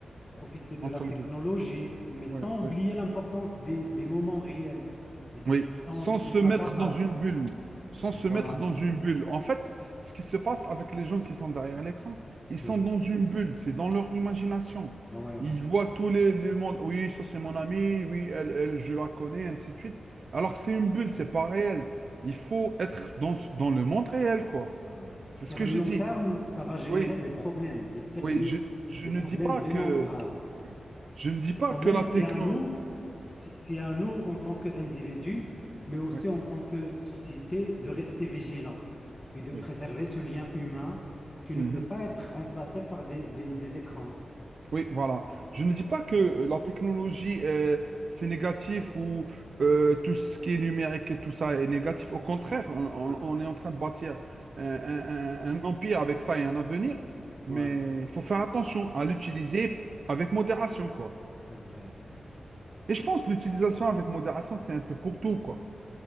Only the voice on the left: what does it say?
profiter de
la technologie,
mais sans
oublier
l'importance des, des moments réels, des discussions
de-
face à face.
Voilà.
Oui,
ouais, ouais.
Ah oui.
Sur
le long
terme, ça va générer
des problèmes, des sérieux,
des
problèmes
vraiment
graves.
Et quand
même,
c'est
à nous, c'est c'est à nous en tant qu'individus, mais aussi
en tant que société, de rester vigilants et de préserver
ce lien humain qui
ne peut pas être remplacé par des, des, des écrans.
Ouais,
ouais,
c'est vrai, c'est vrai.